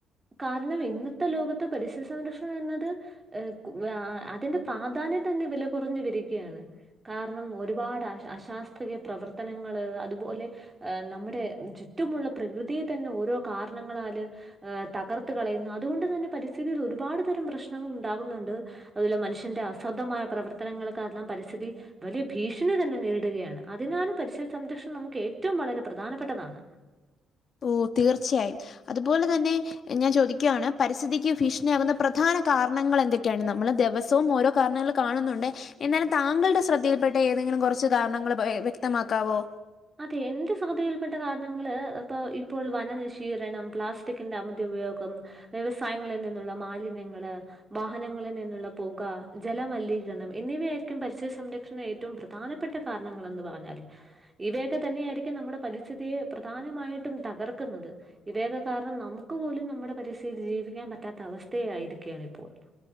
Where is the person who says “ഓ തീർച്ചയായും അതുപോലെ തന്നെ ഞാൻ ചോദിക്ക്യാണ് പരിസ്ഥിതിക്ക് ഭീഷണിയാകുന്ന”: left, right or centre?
Left